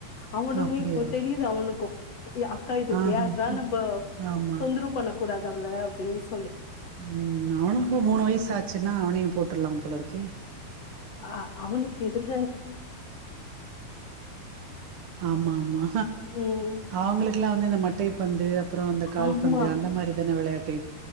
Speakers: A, on the left; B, on the right.
A: அவனுமே
B: அப்டியா
A: இப்போ தெரியுது அவனுக்கு அக்கா இது விளையாடுறா
B: ஆஹ
A: நம்ப
B: ஆமா
A: தொந்தரவு பண்ண கூடாது அவல அப்டின்ஸ்
B: ம் அவனுக்கு மூணு வயசு ஆச்சுன்னா அவனையு போட்டுருலாம் போலருக்கு
A: அ அவனுக்கு இதுல
B: ஆமா ஆமா
A: ம்
B: அவுங்களுக் குலா வந்து இந்த மட்டை பந்து அப்புறோ இந்த கால்பந்து
A: ஆமா
B: அந்த மாரி தான விளையாட்டு